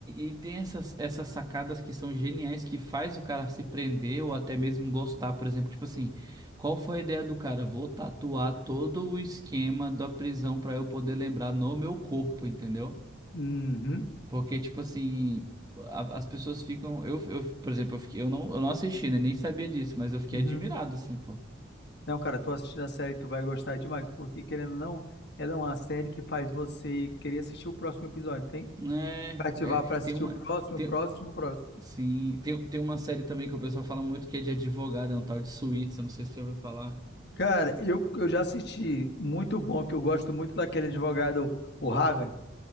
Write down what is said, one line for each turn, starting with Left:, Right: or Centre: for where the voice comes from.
Right: e- e tem essas, essas sacadas que são geniais que faz o cara se prender ou até mesmo gostar, por exemplo, tipo assim, qual foi a ideia do cara? Vou tatuar todo o esquema da prisão para eu poder lembrar no meu corpo, entendeu?
Left: Uhum,
Right: Porque, tipo assim, a- as pessoas ficam. Eu, eu, por exemplo, eu, fiquei- eu não, eu não assisti, né? Nem sabia disso, mas eu fiquei
Left: uhum.
Right: admirado, assim, pô.
Left: Não, cara, tu assistindo a série, tu vai gostar demais, porque querendo ou não, ela é uma série que faz você querer assistir o próximo episódio, tem?
Right: É,
Left: Pra Ativar
Right: é,
Left: para assistir
Right: tem uma.
Left: o próximo,
Right: tem-
Left: o próximo, o próximo.
Right: Sim, tem, tem uma série também que o pessoal fala muito que é de advogado, é um tal de Suits, eu não sei se você já ouviu falar.
Left: Cara, eu, eu já assisti, muito bom, que eu gosto muito daquele advogado, o Raven.